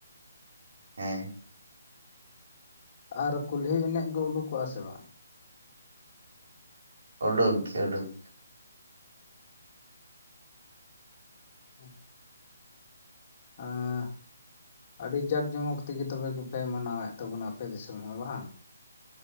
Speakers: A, on the right; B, on the left.
A: ᱦᱮᱸ᱾
B: ᱟᱨ ᱠᱩᱞᱦᱤ ᱮᱱᱮᱡ ᱜᱮ ᱩᱰᱩᱠᱚᱜ ᱟ ᱥᱮ ᱵᱟᱝ?
A: ᱚᱰᱳᱠ ᱜᱮ ᱚᱰᱳᱠ ᱾
B: ᱦᱮᱸ ᱾ ᱟᱸᱜ᱾ ᱟᱹᱰᱤ ᱡᱟᱠ ᱡᱚᱢᱚᱠ ᱛᱮᱜᱮ ᱛᱚᱵᱮ ᱜᱮᱯᱮ ᱢᱟᱱᱟᱣᱮᱫ ᱛᱟᱵᱚᱱᱟ ᱟᱯᱮ ᱫᱤᱥᱚᱢ ᱦᱚᱸ ᱵᱟᱝ?